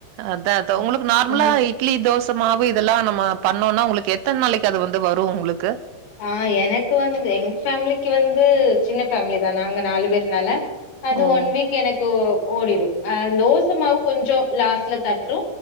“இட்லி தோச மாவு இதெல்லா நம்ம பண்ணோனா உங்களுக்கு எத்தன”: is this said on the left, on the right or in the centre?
Right